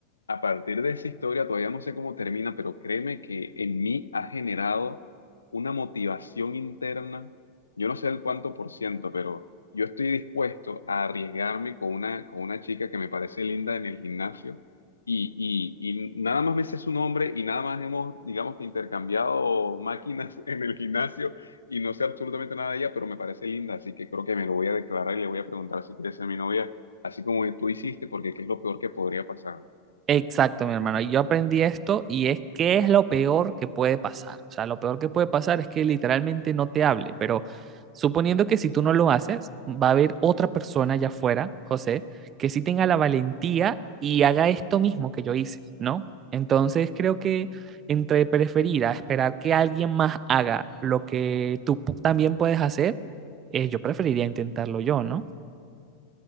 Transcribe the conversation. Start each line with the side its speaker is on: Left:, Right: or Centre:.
Left: a partir de esa historia, todavía no sé cómo termina, pero créeme que en mí ha generado una motivación interna. Yo no sé el cuánto por ciento, pero yo estoy dispuesto a arriesgarme con una, con una chica que me parece linda en el gimnasio. Y, y, y nada más me sé su nombre y nada más hemos, digamos que intercambiado máquinas <laughs> en el gimnasio y no sé absolutamente nada de ella, pero me parece linda, así que creo que me lo voy a declarar y le voy a preguntar si quiere ser mi novia así como tú hiciste, porque qué es lo peor que podría pasar.
Right: Exacto, mi hermano. y Yo aprendí esto y es que es lo peor que puede pasar. O sea, lo peor que puede pasar es que literalmente no te hable, pero suponiendo que si tú no lo haces, va a haber otra persona allá afuera, José, que sí tenga la valentía y haga esto mismo que yo hice, ¿no? Entonces creo que entre preferir a esperar que alguien más haga lo que tú pu- también puedes hacer, eh, yo preferiría intentarlo yo, ¿no?